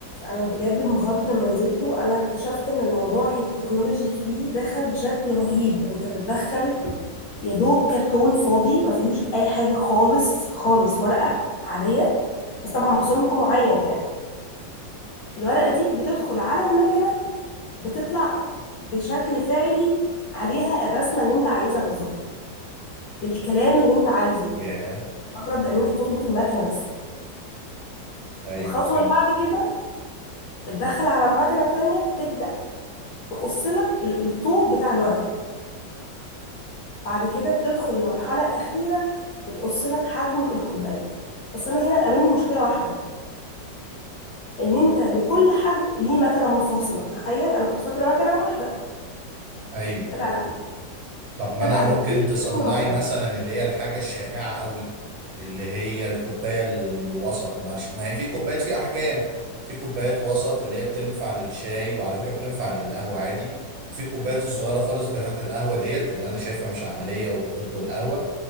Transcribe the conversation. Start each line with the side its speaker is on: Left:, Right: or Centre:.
Left: انا بجد انبهرت لما نزلت وانا اكتشفت ان الموضوع التكنولوجي فيه دخل بشكل رهيب انت بتدخل يا دوب كرتون فاضي ما فيهوش اي حاجه خالص خالص ورقه عاديه بس طبعا برسومكم معين يعني الورقه دي بتدخل على المكنه بتطلع بشكل فعلي عليها الرسمه اللي انت عايزها بالظبط بالكلام اللي انت عايزه
Right: ياه
Left: مجرد ان انت بتظبط المكنه بس
Right: ايوه
Left: الخطوه
Right: فهمت
Left: اللي بعد كده بتدخل على مكنه تانية تبدا تقص لك ال- الطوب بتاع الورق بعد كده بتدخل لمرحلة أخيرة بتقص لك حجم الكوبايات بس أنا هنا قابلني مشكلة واحدة إن أنت لكل حجم ليه مكنة منفصلة تخيل أنا كنت فاكرة مكنة واحدة
Right: ايوه
Left: طلع لأ
Right: طب ما
Left: طلع
Right: انا ممكن
Left: لكل
Right: تصنعي
Left: حجم مكنة
Right: مثلا اللي هي الحاجه الشائعه قوي اللي هي الكوبايه الوسط ما ش- ما هي في كوبايات في احجام في كوبايات وسط اللي هي بتنفع للشاي وعلى فكره بتنفع للقهوه عادي في كوبايات الصغيره خالص بتاعت القهوه ديت اللي انا شايفها مش عمليه وبتطلق القهوه